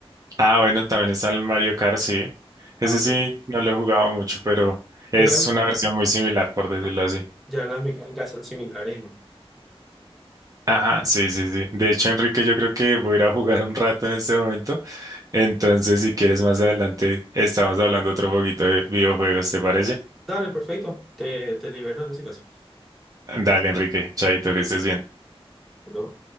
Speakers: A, on the right; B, in the centre.
A: Ah, bueno, también está el Mario Kart, sí. Ese
B: Ah, ok.
A: sí, no lo he jugado mucho, pero es
B: Pero
A: una versión muy similar, por decirlo
B: ah,
A: así.
B: ya las mecánicas son similares, ¿no?
A: Ajá, sí, sí, sí. De hecho, Enrique, yo creo que voy a ir a jugar un rato en este momento. Entonces, si quieres más adelante, estamos hablando otro poquito de videojuegos, ¿te parece?
B: Dale, perfecto. Te, te libero en ese caso.
A: Dale, Enrique, chaito, que estés bien.
B: Te lo-